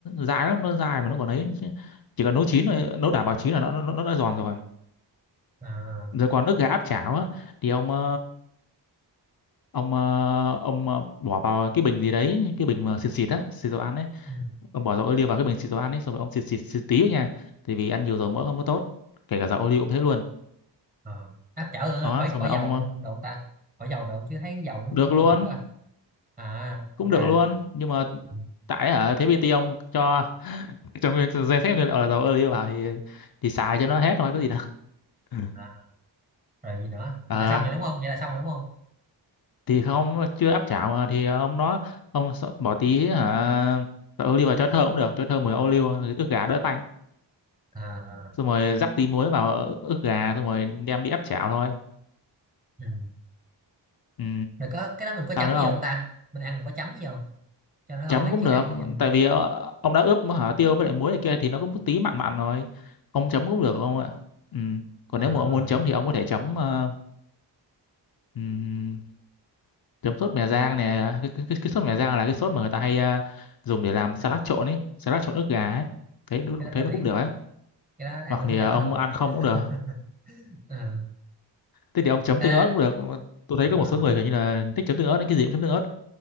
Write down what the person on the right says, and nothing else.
à,
ừ.
ờ. áp chảo tưởng
là khỏi
khỏi
dầu luôn
được không ta khỏi dầu được không chứ thấy cái dầu nó
cũng mất
mệt quá à, à ok
Ừ.
à. rồi gì nữa
là xong rồi đúng không vậy là xong rồi đúng không
à,
ừ.
rồi có cái đó mình có
chấm
gì
không ta mình ăn mình có chấm gì không cho nó ngon
ấy
chứ
ăn nhìn
à,
à,
cái đó
tao
biết
cái đó ăn
đúng
dở
luôn
<laughs> ừ.
thế
à, à,